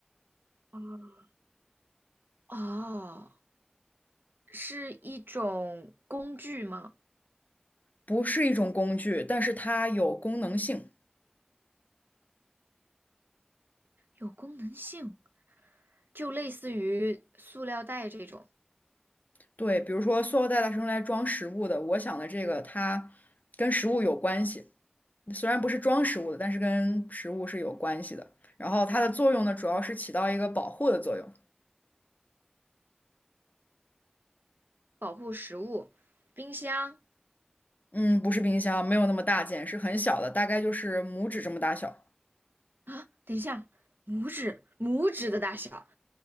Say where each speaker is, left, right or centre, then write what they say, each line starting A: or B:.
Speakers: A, on the right; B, on the left.
A: 啊哦，是一种工具吗？
B: 不是一种工具，但是它有功能性。
A: 有功能性，就类似于塑料袋这种
B: 对，比如说塑料袋它是用来装食物的，我想的这个它跟食物有关系，虽然不是装食物的，但是跟食物是有关系的。然后它的作用呢，主要是起到一个保护的作用。
A: 保护食物，冰箱
B: 嗯，不是冰箱，没有那么大件，是很小的，大概就是拇指这么大小。
A: 啊，等一下，拇指拇指的大小。